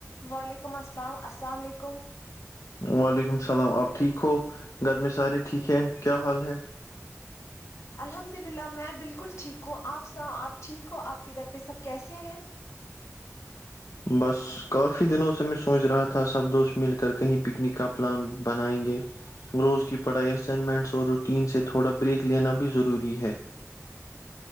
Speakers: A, on the left; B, on the left.
A: وعلیکم السلام السلام علیکم
B: وعلیکم اسلام آپ ٹھیک ہو گھر میں سارے ٹھیک ہیں کیا حال ہے
A: الحمد اللہ میں بالکل ٹھیک ہوں آپ سناؤ آپ ٹھیک ہو آپ کے گھر پہ سب کیسے ہیں
B: بس کافی دنوں سے میں سوچ رہا تھا سب دوست مل کر کہیں پکنک کا پلان بنائیں گے روز کی پڑھائی اسائینگمنٹس اور روٹین سے تھوڑا بریک لینا بھی ضروری ہے